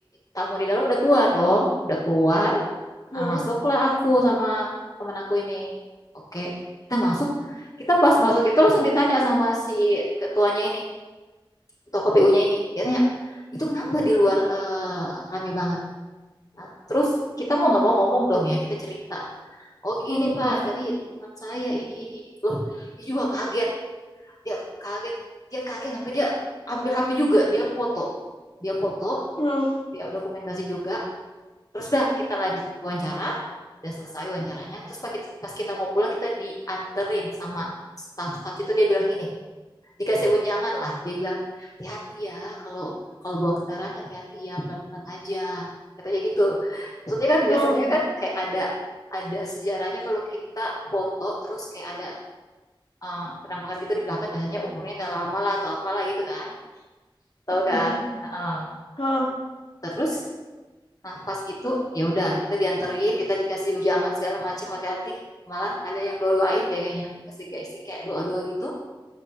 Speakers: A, on the left; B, on the left.
A: tamu di dalam udah keluar dong udah keluar nah,
B: Heeh.
A: masuklah aku sama teman aku ini oke kita masuk kita pas masuk itu langsung ditanya sama si ketuanya ini ketua KPU-nya ini dia tanya itu kenapa
B: Heeh.
A: di luar uh, rame banget nah, terus kita mau nggak mau ngomong dong ya kita cerita oh gini
B: Heeh.
A: pak tadi teman saya ini ini ini loh dia juga kaget dia kaget dia kaget sampai dia ambil HP juga dia foto dia foto
B: Heeh.
A: dia dokumentasi juga terus udah kita lanjut wawancara dan selesai wawancaranya terus pas kita, pas kita mau pulang kita dianterin sama staff-staff itu dia bilang gini dikasih ujangan lah dia bilang hati-hati ya kalau kalau bawa kendaraan hati-hati ya pelan-pelan aja katanya gitu maksudnya kan
B: Heeh.
A: biasanya kan kayak ada ada sejarahnya kalau kita foto terus kayak ada uh, penampakan gitu di belakang biasanya umurnya nggak lama lah atau apalah gitu kan tahu
B: Oke.
A: kan Hmm. Nah, uh,
B: Heeh.
A: terus nah pas itu ya udah kita dianterin kita dikasih ujangan segala macam hati-hati malah ada yang doain deh kayaknya kasih kayak doa-doa gitu